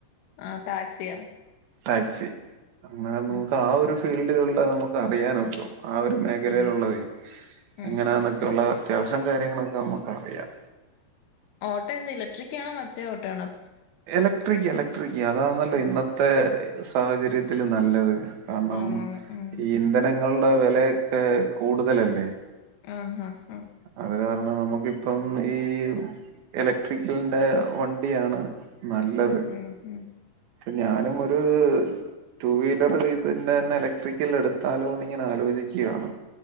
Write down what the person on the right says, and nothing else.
ടാക്സി അങ്ങനെ നമുക്ക്
ആ ഒരു ഫീൽഡിലുള്ള നമുക്ക് അറിയാനൊക്കും. ആ ഒരു മേഖലയിലുള്ളതെ
എങ്ങനാന്നൊക്കെയുള്ള
അത്യാവശ്യം കാര്യങ്ങളൊക്കെ നമുക്കറിയാം.
എലക്ട്രിക്ക് എലക്ട്രിക്ക് അതാന്നല്ലോ
ഇന്നത്തെ സാഹചര്യത്തില് നല്ലത് കാരണം
ഈ ഇന്ധനങ്ങളുടെ വെലയൊക്കെ കൂടുതലല്ലേ.
അത് കാരണം നമുക്കിപ്പം ഈ എലക്ട്രിക്കലിന്റെ വണ്ടിയാണ് നല്ലത്
ഇപ്പം ഞാനും ഒര് ടൂ വീലർ ഇതിന്റെയന്നെ ഇലക്ട്രിക്കൽ എടുത്താലോന്നിങ്ങനെ ആലോചിക്കുകയാണ്.